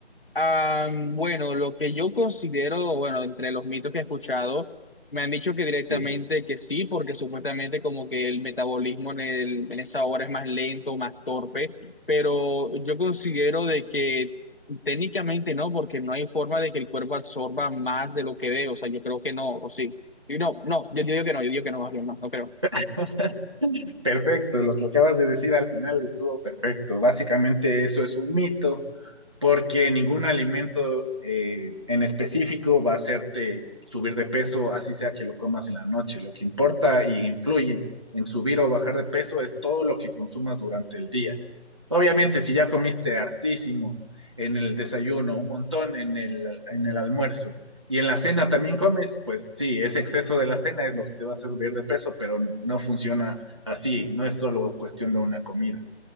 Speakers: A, on the left; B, on the right.
A: Ah, bueno, lo que yo considero, bueno, entre los mitos que he escuchado, me han dicho que directamente
B: Sí.
A: que sí, porque supuestamente como que el metabolismo en, el- en esa hora es más lento, más torpe, pero yo considero de que técnicamente no, porque no hay forma de que el cuerpo absorba más de lo que dé, o sea, yo creo que no, o sí. Y no, no, yo, yo digo que no, yo digo que no, más bien, no, no creo.
B: <laughs> Perfecto, lo que acabas de decir al final estuvo perfecto. Básicamente eso es un mito, porque ningún alimento eh, en específico va a hacerte subir de peso, así sea que lo comas en la noche. Lo que importa y influye en subir o bajar de peso es todo lo que consumas durante el día. Obviamente, si ya comiste hartísimo en el desayuno, un montón en el, en el almuerzo y en la cena también comes, pues sí, ese exceso de la cena es lo que te va a hacer subir de peso, pero no, no funciona Así, no es solo cuestión de una comida.